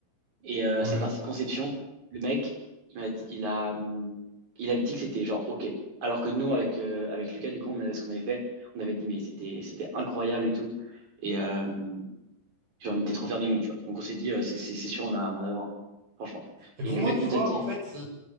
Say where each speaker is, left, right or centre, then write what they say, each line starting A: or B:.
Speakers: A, on the right (about 50°); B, on the right (about 65°).
A: et euh,
B: Ouais.
A: cette partie de conception, le mec, il m'a dit, il a, hum, il a dit que c'était genre ok. Alors que nous avec euh, avec Lucas, du coup, on, a- ce qu'on avait fait, on avait dit mais c'était c'était incroyable et tout et euh, genre, on était trop fiers de nous, tu vois. Donc on s'est dit euh, c'est c'est c'est sûr on a on a 20, franchement.
B: Et pour
A: Et le
B: moi,
A: mec
B: tu
A: nous
B: vois,
A: a dit
B: en fait, l-